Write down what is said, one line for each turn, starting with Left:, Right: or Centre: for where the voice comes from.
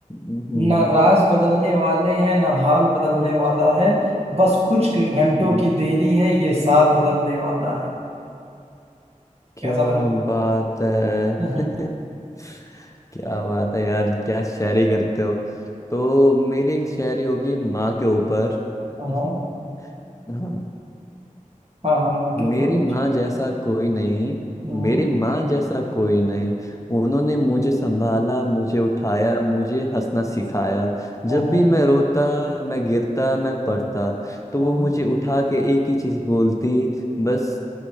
Left: हम्म,
Right: ना राज बदलने वाले हैं ना हाल बदलने वाला है बस कुछ घंटों
Left: हम्म,
Right: की देरी है ये साल बदलने वाला है
Left: क्या
Right: कैसा लगा
Left: बात है
Right: <laughs>
Left: <laughs> क्या बात है यार क्या शायरी करते हो तो मेरी एक शायरी होगी माँ के ऊपर
Right: हाँ
Left: <laughs> हाँ
Right: हाँ हाँ माँ
Left: मेरी
Right: के ऊपर कुछ
Left: माँ जैसा कोई नहीं
Right: हम्म,
Left: मेरी माँ जैसा कोई नहीं उन्होंने मुझे संभाला मुझे उठाया मुझे हंसना सिखाया जब
Right: हम्म,
Left: भी मैं रोता मैं गिरता मैं पड़ता तो
Right: हम्म,
Left: वो मुझे उठा के एक ही चीज बोलती बस